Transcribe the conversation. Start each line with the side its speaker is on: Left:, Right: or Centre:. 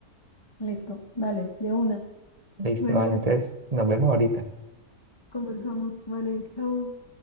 Left: listo, dale, de una.
Right: Listo,
Left: Bueno,
Right: vale, entonces nos vemos ahorita.
Left: conversamos, vale, chau.